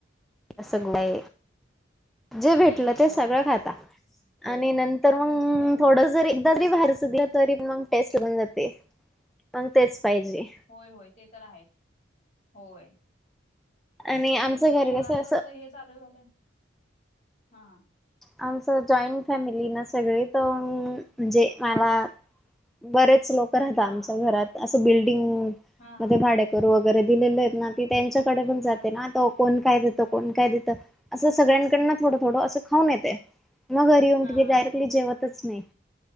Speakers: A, in the centre; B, on the left (about 40°).
A: अ सगलाय जे
B: नाही
A: भेटलं
B: नाही
A: ते
B: होय
A: सगळं
B: होय
A: खाता. आणि नंतर
B: खात
A: मंग
B: होत होय होय
A: थोडं जरी एकदा जरी बाहेरच दिलात तरी मग टेस्ट होऊन जाते. मग तेच पाहिजे.
B: होय होय. ते तर आहेच होय.
A: आणि
B: मग
A: आमचं
B: तेच कि
A: घर
B: मुलांच
A: कसं
B: असं हे चालू झालं. हा.
A: आमच जॉईंट फॅमिली ना? सगळी तं म्हणजे माला बरेच लोक राहता
B: हा
A: आमच्या घरात. असं बिल्डिंग
B: हा हा
A: मध्ये भाडेकरू वगैरे दिलेले आहेत ना? ती त्यांच्याकडे पण
B: हा
A: जाते ना? तव कोण काय देतं. कोण काय देतं. असं सगळ्यांकडन थोडं थोडं असं खाऊन येते. मग घरी येऊन
B: हा
A: ति डायरेक्टली जेवतच नाही.